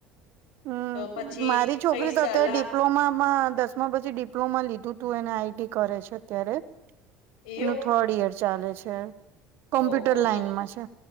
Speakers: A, on the right (about 60°); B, on the left (about 85°).
A: હમ
B: તો પછી
A: મારી છોકરી
B: કઈ સલાહ
A: તો અત્યારે ડિપ્લોમામાં દસમા પછી ડિપ્લોમા લીધું તું એને આઈટી કરે છે અત્યારે.
B: એવું
A: એનું થોડ યર. ચાલે છે. કોમ્પ્યુટર
B: ઓહો
A: લાઈનમાં
B: તો
A: છે